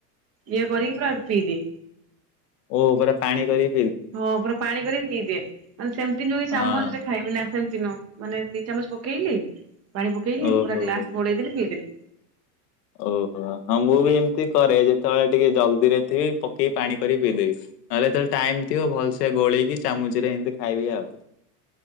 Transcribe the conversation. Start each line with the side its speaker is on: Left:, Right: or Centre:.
Right: ଇଏ କରିକି ପୁରା ପିଇଦିଏ।
Left: ଓ ପୁରା ପାଣି କରି
Right: ହଁ ପୁରା ପାଣି କରିକି ପିଇଦିଏ ମାନେ ସେମିତି ଯୋଉ
Left: ହଁ
Right: ଚାମଚେ ଖାଇବି ନା ସେମିତି ନୁହେଁ ମାନେ ଦି ଚାମଚ ପକେଇଲି ପାଣି ପକେଇଲି
Left: ଓହୋ
Right: ପୁରା ଗ୍ଲାସ
Left: ହୋ।
Right: ଘୋଡେଇଦେଲି ପିଇଦେଲି।
Left: ଓହୋ ହଁ ମୁଁ ବି ଏମିତି କରେ ଯେତେବେଳେ ଟିକେ ଜଲଦିରେ ଥିବି ପକେଇକି ପାଣି କରିକି ପିଇଦେବି। ନହେଲେ ଏତବେଳେ ଟାଇମ ଥିବ ଭଲସ ଗୋଳେଇକି ଚାମୁଚରେ ଏମତି ଖାଇବି ଆଉ।